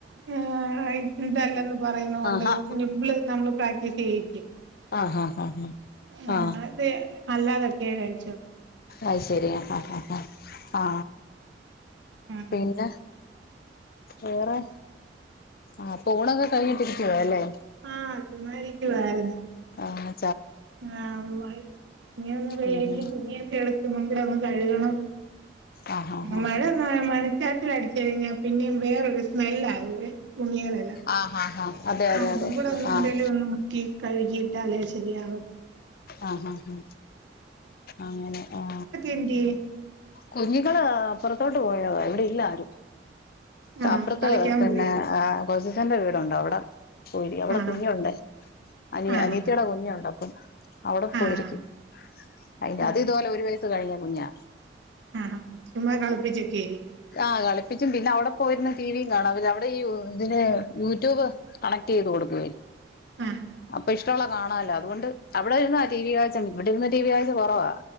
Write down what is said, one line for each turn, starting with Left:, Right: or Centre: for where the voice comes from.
Right: ആ ഇതല്ലന്ന് പറയുന്നോണ്ട്
Left: ആ ആ
Right: നിബിള് നമ്മള് പ്രാക്- റ്റിസ് യ്യിക്കും
Left: ആ ആ ആ
Right: <unintelligible>
Left: ആ
Right: അല്ലാതൊക്കെയ കഴിച്ചോ
Left: അയ്ശരിയാ ഹഹഹ ഹാ
Right: ഉം
Left: പിന്നെ വേറെ ആ പോഉണൊക്കെ കഴിഞ്ഞിട്ടിരിക്കുവാ അല്ലേ
Right: ആഹ് ചുമ്മാരിക്കുവായിരുന്നു
Left: ആ
Right: ആ <unintelligible> നീ ഒന്ന് വേ
Left: ഉം ഉം
Right: തുണിയൊക്കെ- <unintelligible> കഴുകണം
Left: ആഹ് ആഹ്
Right: മഴ മഴച്ചാറ്റൽ അടിച്ചഴഞ്ഞ പിന്നെ വേറൊരു സ്മെല്ലാ <unintelligible> തുണികളല്ല
Left: ആഹ് ആഹ് ആഹ് ആഹ് അതെ അതെ
Right: ഒന്നും
Left: അതെ
Right: കൂടെ ഒന്ന്
Left: ആഹ്
Right: എന്തേലും ഒന്ന് ക്കി കഴുകിട്ടാലേ ശരിയാവു
Left: ആഹഹാ അങ്ങനെ ആ
Right: എന്തെ
Left: കുഞ്ഞുങ്ങള് അപ്പുറത്തോട്ട് പോയ <unintelligible> ഇവിടെ ഇല്ല ആരും താപ്പറത്ത്
Right: ആഹ് കളിക്കാൻ
Left: പിന്നെ
Right: പോയി
Left: ആ കൊച്ചചന്റെ വീടുണ്ട് അവിടെ പോയിരി അവിടെ
Right: ആഹ്
Left: കുഞ്ഞുണ്ട് അനി
Right: ആഹ്
Left: അനിയത്തിയുടെ കുഞ്ഞുണ്ട് അപ്പം അവിടെ പോയിരിക്കും.
Right: ആഹ്
Left: അയിന്
Right: ആഹ്
Left: അത് ഇതുപോലെ ഒരു വയസ്സ് കഴിഞ്ഞ കുഞ്ഞാ
Right: ആ <unintelligible> കളപ്പിച്ചക്കേരി
Left: ആഹ് കളിപ്പിച്ചും പിന്നെ അവിടെ പോയിരുന്ന് ടിവിയും കാണാം അവ അവിടെ ഈ ഇതിന് യൂട്യൂബ്. കണക്ട് ചെയ്ത് കൊടുക്കുവേ
Right: ആഹ്
Left: അപ്പൊ ഇഷ്ടമുള്ള കാണാല്ലോ അതുകൊണ്ട് അവിടെ ഇരുന്നാ ടി വി കാഴ്ച്ച ഇവിടെ ഇരുന്ന് ടി വി കാഴ്ച്ച കൊറവാ